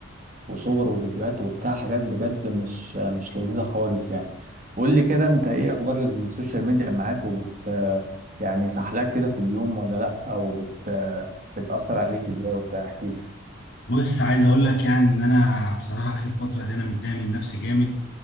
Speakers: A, on the right; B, on the left.
A: وصور وفيديوهات وبتاع حاجات بجد مش مش لذيذة خالص يعني قول لي كده انت ايه اخبار السوشيال ميديا معاك وبت يعني سحلاك كده في اليوم ولا لا او بت بتأثر عليك ازاي وبتاع احكي لي
B: بص عايز اقول لك يعني ان انا بصراحه اخر فتره دي انا متضايق من نفسي جامد